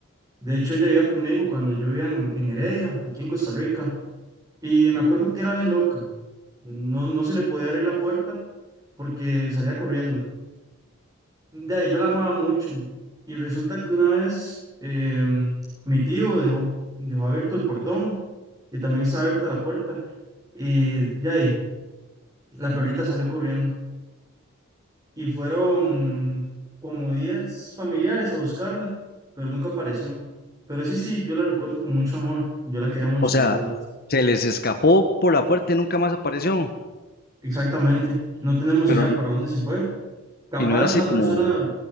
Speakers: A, on the right; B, on the left.
A: De hecho, ella vivía conmigo cuando yo vivía en, en Heredia, aquí en Costa Rica. Y me acuerdo que era bien loca. No, no se le podía abrir la puerta porque salía corriendo. De ahí, yo la amaba mucho. Y resulta que una vez em, mi tío dejó, dejó abierto el portón y también estaba abierta la puerta. Y de ahí, la perrita salió corriendo. y fueron como 10 familiares a buscarla, pero nunca apareció. Pero sí, sí, yo la recuerdo con mucho amor, yo la quería mucho,
B: O sea,
A: la verdad.
B: se les escapó por la puerta y nunca más apareció,
A: Exactamente, no tenemos
B: pero
A: idea
B: n-
A: para dónde se fue. Capaz
B: y no era así
A: una
B: como,
A: persona